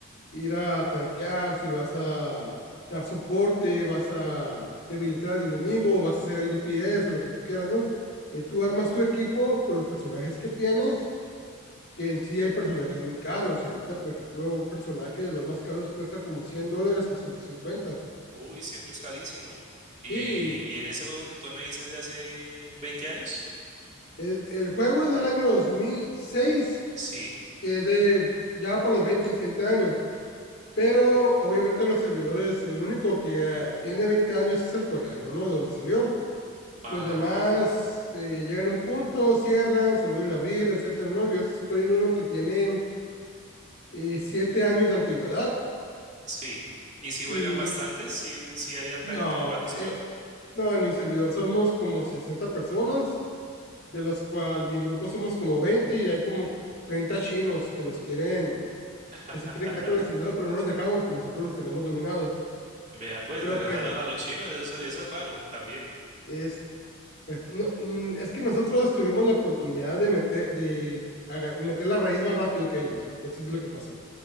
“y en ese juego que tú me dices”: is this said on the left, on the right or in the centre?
Right